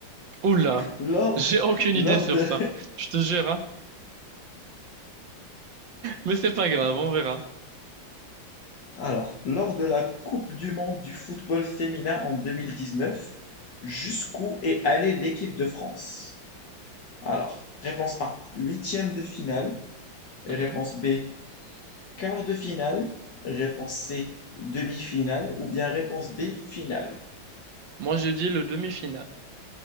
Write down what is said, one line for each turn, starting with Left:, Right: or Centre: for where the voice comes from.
Right: Oula,
Left: Lors,
Right: j'ai aucune
Left: lors,
Right: idée sur
Left: de,
Right: ça. Je te jure, hein. Mais c'est pas grave, on verra.
Left: alors, lors de la Coupe du monde du football féminin en 2019, jusqu'où est allée l'équipe de France? Alors, réponse A, huitième de finale. Réponse
Right: Mhm.
Left: B, Quart de finale, réponse C, demi-finale, ou bien réponse D, finale.
Right: Moi, je dis le demi-finale.